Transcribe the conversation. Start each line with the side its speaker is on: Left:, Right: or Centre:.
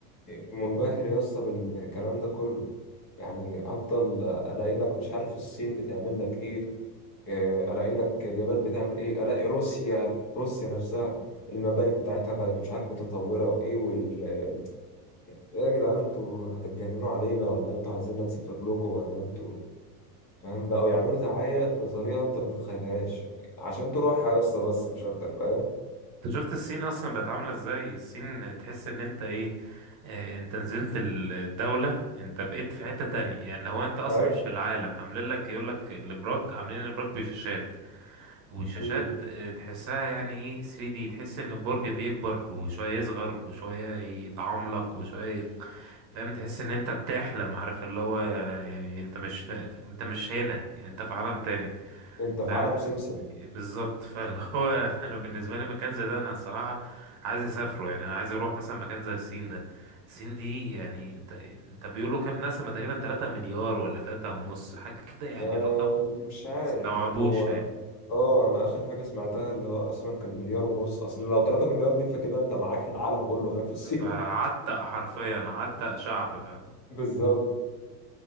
Left: منبهر يا اسطى بالكلام ده كله يعني افضل الاقي لك مش عارف الصين بتعمل لك ايه آه، الاقي لك اليابان بتعمل ايه الاقي روسيا روسيا نفسها المباني بتاعتها بقت مش عارف متطوره وايه وال ايه يا جدعان انتوا هتتجننوا علينا ولا انتوا عايزيننا نسافر لكم ولا انتوا فاهم بقوا يعملوا دعايه بطريقه انت ما تتخيلهاش يعني عشان تروحها يا اسطى بس مش اكتر فاهم
Right: انت شفت الصين اصلا بقت عاملة ازاي الصين تحس ان انت ايه إيه، انت نزلت ال- الدولة انت بقيت في حتة تانية يعني لو انت اصلا
Left: <laughs>
Right: مش في العالم عاملين لك يقول لك الابراج عاملين الابراج بشاشات والشاشات
Left: ايوه
Right: آه، تحسها يعني ايه 3D تحس ان البرج بيكبر وشوية يصغر وشوية يتعملق وشوية فاهم تحس ان انت بتحلم عارف اللي هو يعني انت مش فا... انت مش هنا يعني انت في عالم تاني
Left: انت في
Right: فاهم
Left: عالم سمسم
Right: بالظبط فاللي هو <laughs> انا بالنسبه لي مكان زي ده انا الصراحه عايز اسافره يعني انا عايز اروح مثلا مكان زي الصين ده الصين دي يعني انت انت بيقولوا كام نسمه تقريبا 3 مليار ولا 3 ونص حاجه كده يعني
Left: آه
Right: رقم
Left: مش عارف
Right: مستوعبوش
Left: هو
Right: فاهمني
Left: اه انا اخر حاجه سمعتها اللي هو اصلا كان مليار ونص اصل لو 3 مليار دي فكده انت معاك العالم كله هناك في الصين
Right: ده عتق حرفيا عتق شعب فاهم
Left: <laughs> بالظبط